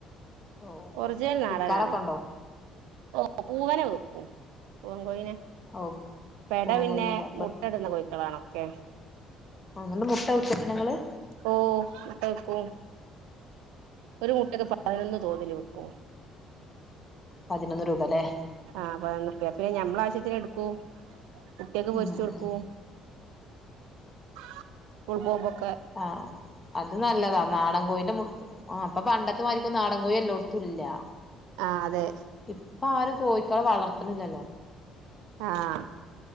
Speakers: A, on the left (about 25°); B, on the right (about 80°).
A: ഓ
B: ഒറിജിനൽ നാടനാണ്
A: വിക്കാറൊക്കെ ഉണ്ടോ
B: ഓ പൂവനെ വ്ക്കും പൂവൻ കോയിനെ
A: ഓ
B: പെട
A: പൂവൻ
B: പിന്നെ
A: കോഴിനല്ലേ
B: മുട്ട ഇട്ണെ കോഴിക്കളാണോ ക്കെ
A: ഉം ന്നട്ട് മുട്ട വിക്കല്ണ്ടോ ങ്ങള്
B: ഓ മുട്ട വെക്കും ഒരു മുട്ടക്ക് പതിനൊന്ന് തോതിൽ വിക്കും
A: പതിനൊന്ന് രൂപലേ
B: ആ പൈനൊന്നുർപ്പ്യ പിന്നെ ഞമ്മളെ ആവശ്യത്തിന്ട്ക്കും കുട്ട്യാക്ക് പൊരിച്ചൊട്ക്കും
A: ഉം ഉം
B: <unintelligible>
A: ആ അത് നല്ലതാ നാടൻ കോഴിന്റെ മുട് പ്പ പണ്ട ത്തെമാരിക്ക് നാടൻ കോഴി എല്ലോ തുല്ലാ
B: ആഹ് അതെ
A: പ്പൊ ആരും കോഴിക്കളെ വളർത്ണില്ലല്ലോ
B: ആഹ്